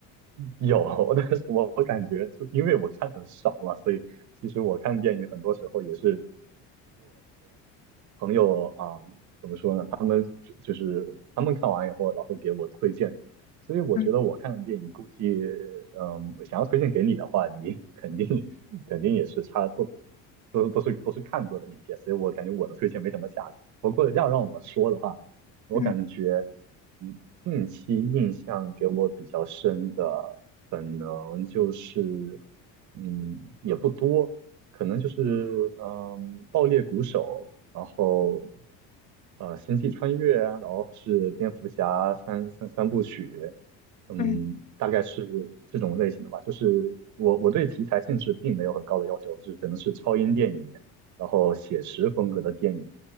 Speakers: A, on the right; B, on the left.
A: 有，但是我我感觉就因为我看的少嘛，所以其实我看电影很多时候也是。朋友啊，怎么说呢？他们就就是他们看完以后，然后给我推荐的。所以我觉得我看的电影，
B: 嗯
A: 估计嗯，想要推荐给你的话，你 <laughs> 肯定肯定也是差不都都是都是看过的影片。所以我感觉我的推荐没什么价值。不过要让我说的话，我感觉
B: 嗯
A: 嗯，近期印象给我比较深的，可能就是嗯也不多。可能就是嗯，爆裂鼓手，然后呃，星际穿越啊，然后是蝙蝠侠三三三部曲，嗯，
B: 嗯，
A: 大概是这种类型的吧。就是我我对题材性质并没有很高的要求，就是可能是超英电影，然后写实风格的电影，